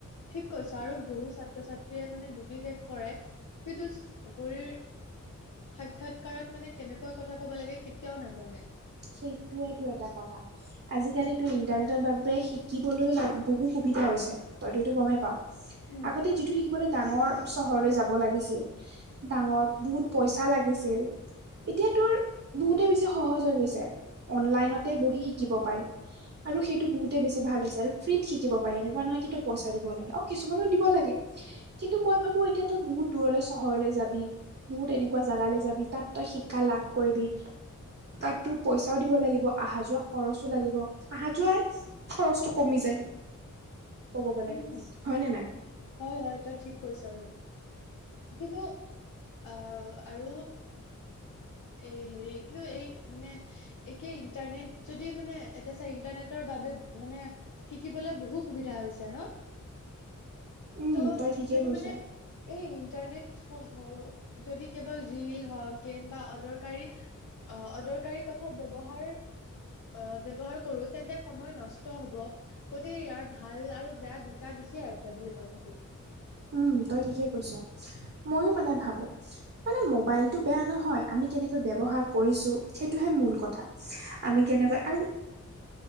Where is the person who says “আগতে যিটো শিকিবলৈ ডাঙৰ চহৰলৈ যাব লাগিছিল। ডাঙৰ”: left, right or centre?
Right